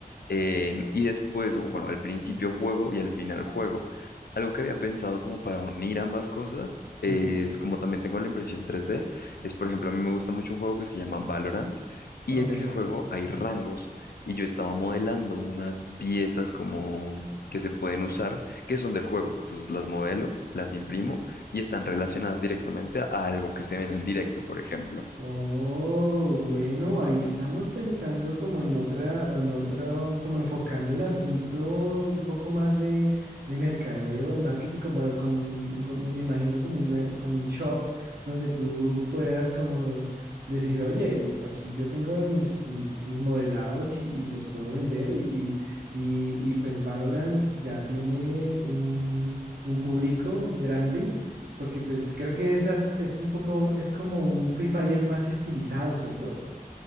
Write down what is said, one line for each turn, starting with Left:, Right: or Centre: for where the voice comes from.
Left: Em, y después, o bueno, al principio juego y al final juego. Algo que había pensado como para unir ambas cosas
Right: sí,
Left: es como también tengo la impresión tres d es por ejemplo, a mí me gusta mucho un juego que se llama Valorant y
Right: ok.
Left: en ese juego hay rangos y yo estaba modelando unas piezas como que se pueden usar, que son del juego. Entonces las modelo, las imprimo y están relacionadas directamente a algo que se ve en el directo, por ejemplo.
Right: Oh, bueno, ahí estamos pensando como en otra, en otro, como enfocando el asunto un poco más de, de mercadeo, de marketing, como, como un, un- como- me imagino como una, como un shop donde tú puedas como decir, oye, pues yo- aquí yo tengo mis, mis, mis modelados y, y los puedo vender y, y, y, y pues Valorant ya tiene un, un público grande porque pues creo que es, as- es un poco, es como un Free Fire más estilizado, ¿cierto?